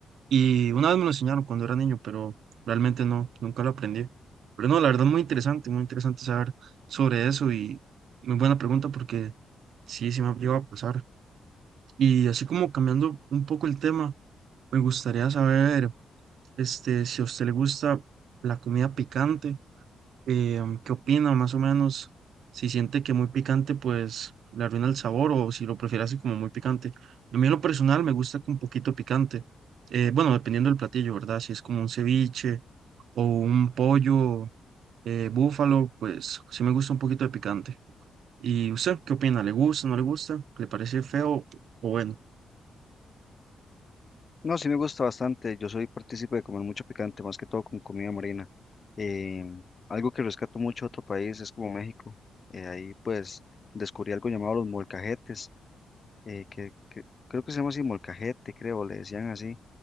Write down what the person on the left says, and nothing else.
No, sí me gusta bastante, yo soy partícipe de comer mucho picante, más que todo con comida marina. Eh, algo que rescato mucho de otro país es como México. eh, ahí pues descubrí algo llamado los molcajetes, eh, que, que creo que se llama así molcajete, creo, le decían así